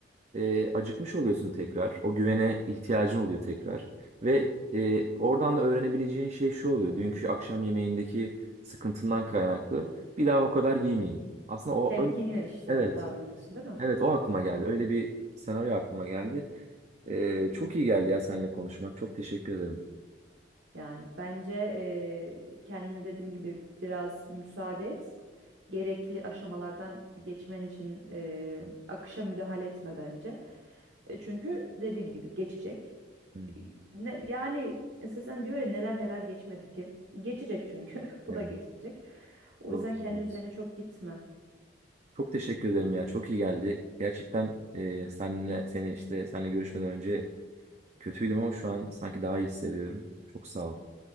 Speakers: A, on the right; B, on the right.
A: e, acıkmış oluyorsun tekrar. O güvene ihtiyacın oluyor tekrar. Ve e, oradan da öğrenebileceğin şey şu oluyor. Dünkü akşam yemeğindeki sıkıntından kaynaklı. Bir daha o kadar giymeyeyim. Aslında o
B: Temkinli
A: ö-
B: işte
A: evet.
B: davranıyorsun değil mi?
A: Evet o aklıma geldi. Öyle bir senaryo aklıma geldi. E, çok iyi geldi ya seninle konuşmak. Çok teşekkür ederim.
B: Yani bence eee kendine dediğim gibi biraz müsaade et. gerekli aşamalardan geçmen için e, akışa müdahale etme bence. E, çünkü dediğim gibi geçecek.
A: Evet,
B: E, Ne, yani Sezen diyor ya neler neler geçmedi ki. Geçecek çünkü. <laughs> Bu
A: evet,
B: da geçecek. O
A: doğru
B: yüzden
A: söylüyorsun.
B: kendi üzerine çok gitme.
A: Çok teşekkür ederim ya. Çok iyi geldi. Gerçekten e, seninle seni işte seninle görüşmeden önce kötüydüm ama şu an sanki daha iyi hissediyorum. Çok sağ ol.